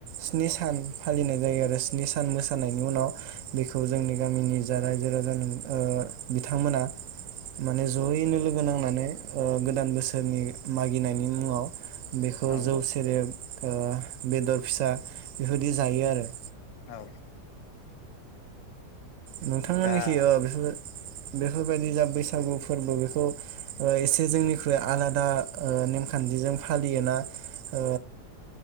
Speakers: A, on the right (about 65°); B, on the left (about 60°).
A: स्नि सान फालिनाय जायो आरो स्नि सान मोसानायनि उनाव बेखौ जोंनि गामिनि जा रायजो राजा नों ओ बिथांमोना माने जयैनो लोगो नांनानै ओ गोदान बोसोरनि मागिनायनि मुङाव बेखौ
B: औ
A: जौ सेरेब ओ बेदर फिसा बेफोरदि जायो आरो
B: औ
A: नोंथांमोनखि
B: दा
A: ओ बेफोर बेफोरबायदि जा बैसागु फोरबो बेखौ ओ एसे जोंनिख्रुइ आलादा ओ नेमखान्थिजों फालियो ना ओ